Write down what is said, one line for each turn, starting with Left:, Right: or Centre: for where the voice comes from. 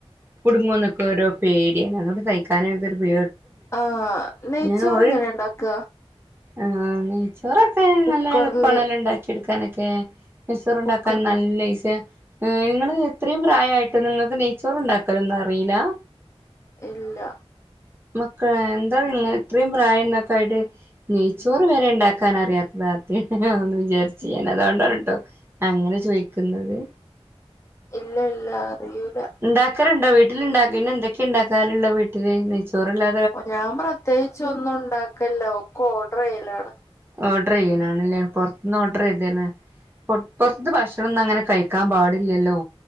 Right: കുടുംങ്ങോന്നൊക്കെ ഓരോ പേടിയാണ് അതുകൊണ്ട് കയ്ക്കാനാണ്ട് പേ
Left: ആഹ് നെയ്ച്ചോറ്
Right: ഞാൻ ഒരു
Left: എങ്ങനെ ഇണ്ടാക്ക?
Right: ആഹ് നെയ്ച്ചോറൊക്കെ
Left: കുക്കറില്
Right: നല്ല എള്പ്പണെല്ലോ ഇണ്ടാക്കി എടുക്കാനൊക്കെ. നെയ്ചോറുണ്ടാക്കാൻ
Left: കുക്കർ
Right: നല്ല ഇസിയാ ഏഹ് ഇങ്ങള് ഇത്രീംയും പ്രായായ്ട്ട് നിങ്ങക്ക് നെയ്ച്ചോറ് ഉണ്ടാക്കലൊന്നും അറീലാ.
Left: ഇല്ല.
Right: മക്കള എന്താങ്ങനെ ഇത്രീം പ്രായംതൊക്കായ്ട്ട്. നെയ്ച്ചോറ് വരെ ഇണ്ടാക്കാൻ അറിയാത്ത താതേണ് ഒഹ് ഞാൻ വിചാര്ച്ചീല അതോണ്ടാണ് ട്ടാ. അങ്ങനെ ചോയ്ക്കുന്നത്
Left: ഇല്ലല്ല അറിയൂല.
Right: ഇണ്ടാക്കലുണ്ടോ വീട്ടില് ഇണ്ടാക്ക് പിന്നെ എന്തൊക്കെഉ ണ്ടാക്കാറ്ള്ള് വീട്ടില് നെയ്ച്ചോറല്ലാ
Left: ഓഹ് ഞാൻ പ്രത്യേകിച്ചൊന്നും ഉണ്ടാക്കല്ല. ഒക്കെ ഓർഡർയ്യലാണ്.
Right: ഓർഡർ ചെയ്യലാണ്ലേ പൊർത്തുന്ന് ഓർഡർ ചെയ്തീന പൊർത് പൊർത്തെ ഭക്ഷണൊന്നും അങ്ങനെ കഴിക്കാൻ പാടില്ലല്ലോ.